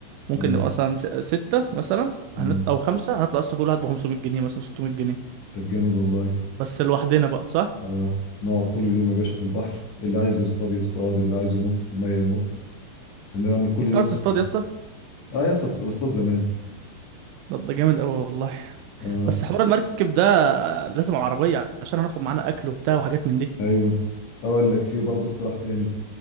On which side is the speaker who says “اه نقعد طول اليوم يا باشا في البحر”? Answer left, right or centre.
Left